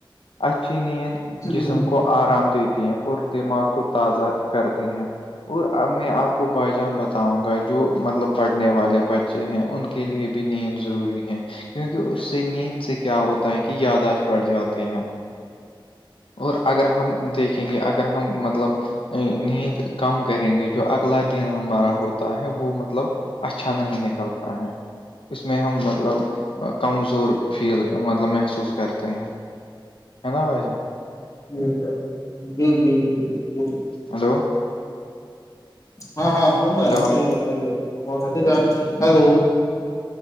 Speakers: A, on the left; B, on the left.
A: اس چ نیند
B: جی
A: جسم کو <unintelligible> آرام دیتی ہیں اور دماغ کو تازہ کرتی ہیں اورب میں آپ کو بائی جان بتاؤں گا جو مطلب پڑھنے والے بچے ہیں ان کے لیے بھی نیند ضروری ہے کیونکہ اس سے نیند سے کیا ہوتا ہے کہ یاداشت بڑھ جاتے ہیں اور اگر ہم دیکھیں گے اگر ہم مطلب نیند کم کریں گے جو اگلا دن ہمارا ہوتا ہے وہ مطلب اچھا نہیں نکلتا ہے اس میں ہم مطلب کمزور فیل مطلب محسوس کرتے ہیں ہے نا بھائی جان
B: جی س جی جی جی جی جی جی
A: ہلو <inaudible>
B: ہاں ہاں سن رہے
A: ہلو
B: ہیں بتائیے بتائیے بہت اھیال ہیلو